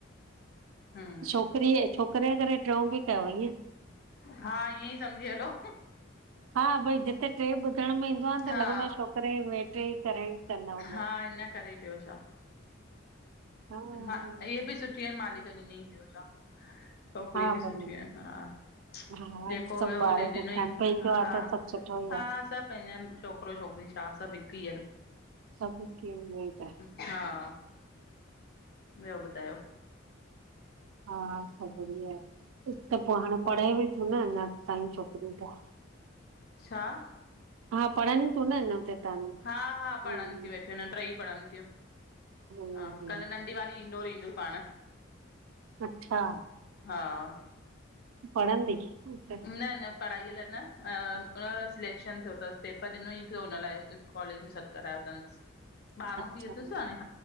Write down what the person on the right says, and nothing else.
छोकिरीअ, छोकिरे करे टियों बि कयो ईअं?
हा, भई जिते टे ॿुधण में ईंदो आहे त
लॻंदो आहे छोकिरे वे टे ई करे ई कंदो हूंदो।
हा
हा
भई
हा
सभु
ॿार
सेठा
आहिनि
पंहिंजो
आ त सुठो ई आ।
सुभ हिकु ही आहिनि। ॿियो छा।
हा, <inaudible> आहे त पोइ हाणे पढ़े बि थो न अञा ताईं छोकिरियूं पोइ।
हा, पढ़नि थियूं न अञा त। ताणी
हम्म
हम्म
हम्म।
अच्छा।
पढ़ंदी त
अच्छा